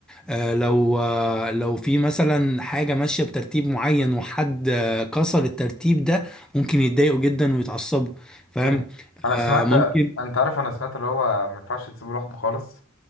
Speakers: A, in the centre; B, on the left.
A: آه، لو آه، لو في مثلا حاجه ماشيه بترتيب معين وحد آه، كسر الترتيب ده ممكن يتضايقوا جدا ويتعصبوا فاهم
B: مم. انا سمعت
A: آه، ممكن
B: انت عارف انا سمعت اللي هو ما ينفعش تسيبه لوحده خالص